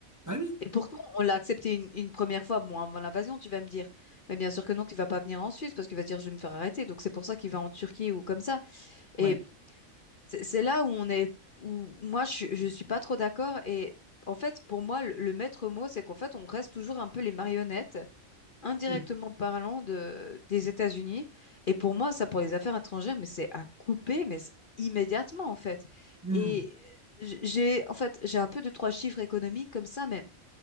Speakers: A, on the right; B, on the left.
A: Ah oui,
B: Et pourtant, on l'a accepté une, une première fois, bon, avant l'invasion, tu vas me dire. Mais bien sûr que non, qu'il va pas venir en Suisse parce qu'il va dire je vais me faire arrêter. Donc c'est pour ça qu'il va en Turquie ou comme ça.
A: ouais,
B: Et c'est c'est là où on est, où moi je, je suis pas trop d'accord. Et en fait, pour moi, le, le maître mot, c'est qu'en fait, on reste toujours un peu les marionnettes, indirectement
A: oui.
B: parlant de, des États-Unis. Et pour moi, ça, pour les affaires étrangères, mais c'est à couper, mais c'est immédiatement en fait.
A: Hmm.
B: Et euh, j- j'ai, en fait, j'ai un peu de trois chiffres économiques comme ça, mais